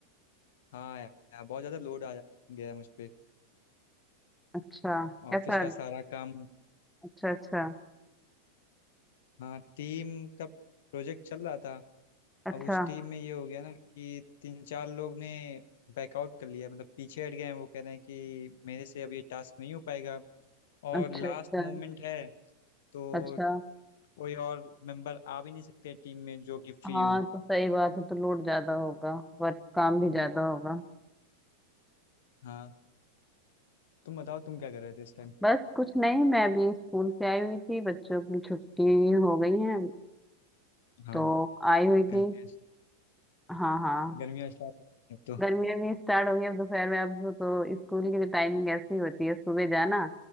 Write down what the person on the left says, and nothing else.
हाँ यार बहुत ज़्यादा लोड आ जा- गया है मुझ पे
ऑफिस
का सारा काम
हाँ टीम का प्रोजेक्ट चल रहा था
अब उस टीम में ये हो गया ना कि तीन चार लोग ने बैकआउट कर लिया मतलब पीछे हट गए हैं वो कह रहे हैं कि मेरे से अब ये टास्क नहीं हो पाएगा और
लास्ट
मोमेंट है तो
कोई और मेंबर आ भी नहीं सकते टीम में जो कि फ्री
हो
हाँ तुम बताओ तुम क्या कर रहे थे इस टाइम
हाँ
गर्मियाँ
स्टा-
गर्मियाँ स्टार्ट हो गई हैं तो